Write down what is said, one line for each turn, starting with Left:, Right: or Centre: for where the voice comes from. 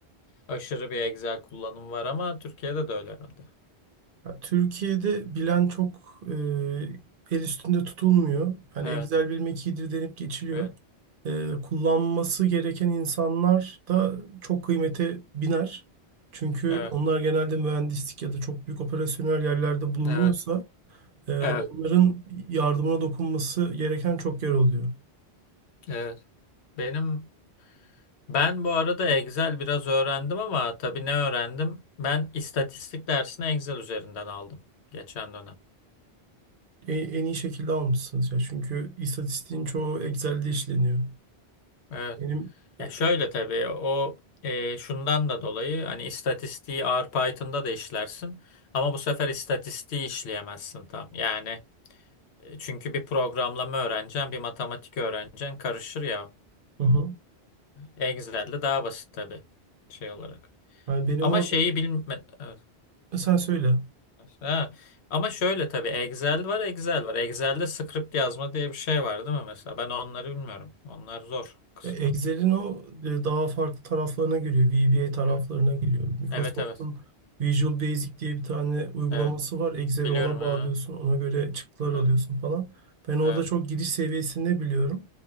Left: Aşırı bir Excel kullanımı var ama Türkiye'de de öyle herhalde.
Right: Ya Türkiye'de bilen çok e, el üstünde tutulmuyor. Hani
Left: Evet.
Right: Excel bilmek iyidir denip geçiliyor.
Left: Evet.
Right: e, kullanması gereken insanlar da çok kıymete biner. Çünkü
Left: Evet.
Right: onlar genelde mühendislik ya da çok büyük operasyonel yerlerde bulunuyorsa
Left: Evet.
Right: e,
Left: Evet.
Right: onların yardımına dokunması gereken çok yer oluyor.
Left: Evet. Benim Ben bu arada Excel biraz öğrendim ama tabii ne öğrendim? Ben istatistik dersini Excel üzerinden aldım geçen dönem.
Right: E- En, iyi şekilde almışsınız ya. Çünkü istatistiğin çoğu Excel'de işleniyor.
Left: Evet.
Right: Benim
Left: Ya
Right: e,
Left: şöyle tabii o e, şundan da dolayı hani istatistiği R Python'da da işlersin ama bu sefer istatistiği işleyemezsin tam. Yani e, çünkü bir programlama öğreneceksin, bir matematik öğreneceksin karışır ya.
Right: hı hı.
Left: E, Excel'de daha basit tabii şey olarak.
Right: Yani benim
Left: Ama
Right: orada
Left: şeyi bilme... evet.
Right: sen söyle.
Left: Ha. Ama şöyle tabii Excel var, Excel var. Excel'de script yazma diye bir şey var değil mi mesela? Ben onları bilmiyorum. Onlar zor kısmı.
Right: Ve Excel'in o e, daha farklı taraflarına giriyor. VBA taraflarına
Left: Evet,
Right: giriyor. Microsoft'un
Left: evet. Evet,
Right: Visual Basic diye bir tane uygulaması
Left: evet.
Right: var. Excel'i
Left: Biliyorum.
Right: ona
Left: Ha.
Right: bağlıyorsun. Ona göre çıktılar alıyorsun
Left: Evet,
Right: falan. Ben orada
Left: evet,
Right: çok giriş seviyesinde biliyorum.